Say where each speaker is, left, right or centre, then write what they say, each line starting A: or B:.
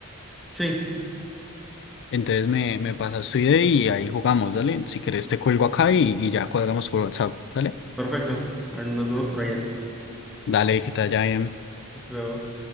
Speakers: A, in the centre; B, on the left.
A: Sí,
B: Entonces me, me pasas tu idea y ahí jugamos, dale. Si querés te cuelgo acá y, y ya cuadramos por WhatsApp, dale.
A: perfecto. Ahora nos vemos por allá.
B: Dale, que te vaya bien.
A: Hasta luego.